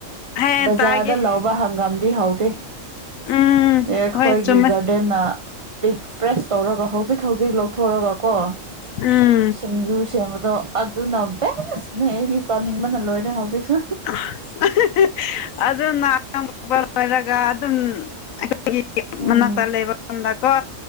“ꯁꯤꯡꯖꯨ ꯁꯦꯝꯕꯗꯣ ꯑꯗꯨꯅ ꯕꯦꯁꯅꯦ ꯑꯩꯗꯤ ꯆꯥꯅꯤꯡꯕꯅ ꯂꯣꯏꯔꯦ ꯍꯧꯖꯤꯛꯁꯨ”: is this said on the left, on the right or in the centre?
Right